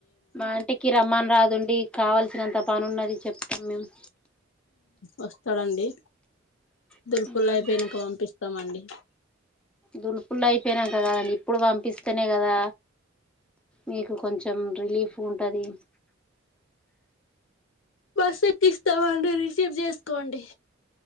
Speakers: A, in the centre; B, on the left (about 75°).
A: మా ఇంటికి రమ్మన్ రాదుండి కావాల్సినంత పని ఉన్నది చెప్తాం మేము
B: వస్తాడండి దులుపుల్
A: మేము
B: అయిపోయినక పంపిస్తామండి
A: దులుపుల్లు అయిపోయినాక కదండీ ఇప్పుడు పంపిస్తేనే కదా మీకు కొంచెం రిలీఫ్ ఉంటాది
B: బస్ ఎక్కిస్తామండి రిసీవ్ జేసుకోండి